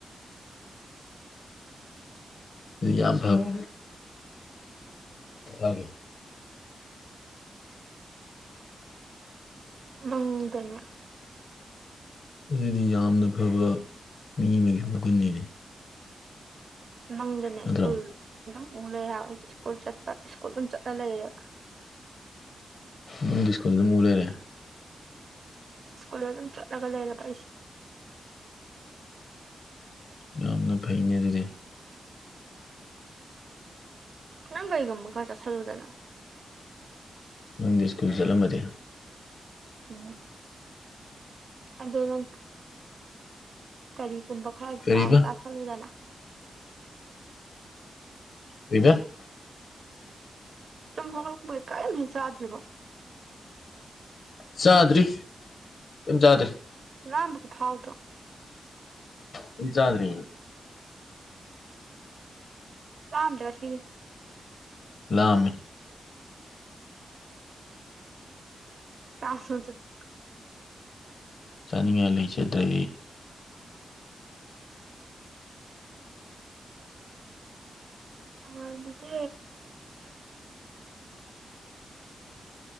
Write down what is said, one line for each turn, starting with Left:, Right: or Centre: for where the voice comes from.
Left: ꯑꯗꯨ ꯌꯥꯝ ꯐꯕ ꯑꯒꯦ <unintelligible>
Right: ꯃꯪꯗꯅꯦ
Left: ꯑꯗꯨꯗꯤ ꯌꯥꯝꯅ ꯐꯕ ꯃꯤ ꯑꯃꯒꯤ ꯃꯒꯨꯟꯅꯤꯅꯦ
Right: ꯃꯪꯗꯅꯦ
Left: ꯅꯠꯇ꯭ꯔꯣ
Right: ꯏꯁ꯭ꯀꯨꯜ ꯑꯗꯨꯝ ꯎꯂꯩꯔꯦ ꯍꯥꯏꯕ ꯑꯩꯖꯦ ꯏꯁꯀꯨꯜ ꯆꯠꯄ ꯏꯁꯀꯨꯜꯗꯨꯝ ꯆꯠꯂ ꯂꯩꯔꯦꯕ
Left: ꯃꯪꯗ ꯏꯁ꯭ꯀꯨꯜꯗꯨꯝ ꯎꯔꯩꯂꯦ
Right: ꯏꯁꯀꯨꯜ ꯑꯗꯨꯝ ꯆꯠꯂꯒꯥ ꯂꯩꯔꯕ ꯑꯩꯁꯤ
Left: ꯌꯥꯝꯅ ꯐꯩꯅꯦ ꯑꯗꯨꯗꯤ
Right: ꯅꯪ ꯀꯔꯤꯒꯨꯝꯕ ꯈꯔ ꯆꯠꯁꯤꯜꯂꯨꯗꯅ
Left: ꯃꯪꯗ ꯏꯁ꯭ꯀꯨꯜ ꯆꯠꯂꯝꯃꯗꯤ
Right: ꯎꯝ ꯑꯗꯨ ꯅꯪ ꯀꯔꯤꯒꯨꯝꯕ ꯈꯔ
Left: ꯀꯔꯤꯕ
Right: ꯆꯥꯎ ꯆꯥꯁꯟꯂꯨꯗꯅ
Left: ꯀꯩꯕꯥ
Right: ꯇꯨꯝꯍꯧꯒꯠ ꯂꯛꯄꯗꯩ ꯀꯔꯤꯝ ꯍꯦꯛ ꯆꯥꯗꯔꯤꯕꫭ
Left: ꯆꯥꯗ꯭ꯔꯤ ꯀꯩꯝ ꯆꯥꯗ꯭ꯔꯤ
Right: ꯂꯥꯝꯕꯒ ꯐꯥꯎꯗꯔꫭ
Left: ꯀꯩꯝ ꯆꯥꯗ꯭ꯔꯤ
Right: ꯂꯥꯝꯗꯔ ꯁꯤꯅꯤ
Left: ꯂꯥꯝꯃꯦ
Right: ꯆꯁ ꯆ <unintelligible>
Left: ꯆꯥꯅꯤꯡꯉꯥꯏ ꯂꯩꯖꯗ꯭ꯔꯦ
Right: ꯑꯥ ꯑꯗꯨꯗꯤ